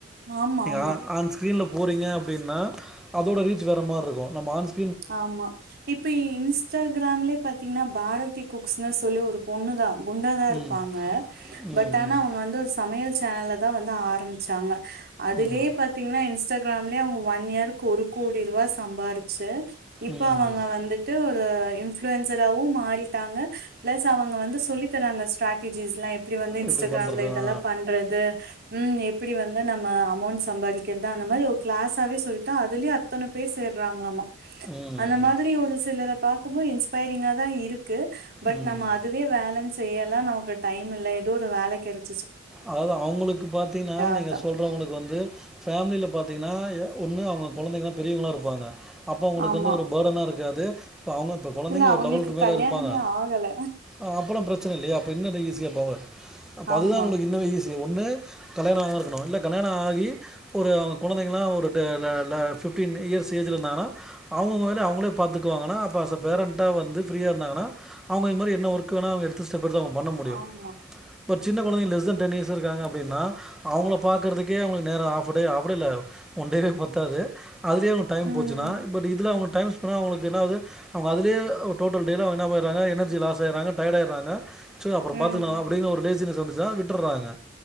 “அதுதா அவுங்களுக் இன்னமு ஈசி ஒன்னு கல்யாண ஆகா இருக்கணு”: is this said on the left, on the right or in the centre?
Centre